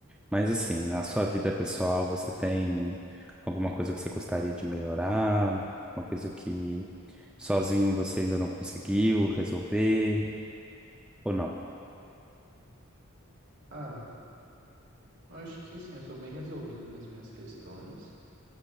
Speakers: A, in the centre; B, on the right.
A: Mas assim, na sua vida pessoal, você tem alguma coisa que você gostaria de melhorar? Uma coisa que sozinho você ainda não conseguiu resolver? Ou não?
B: Cara, eu acho que assim, eu sou bem resolvido com as minhas questões,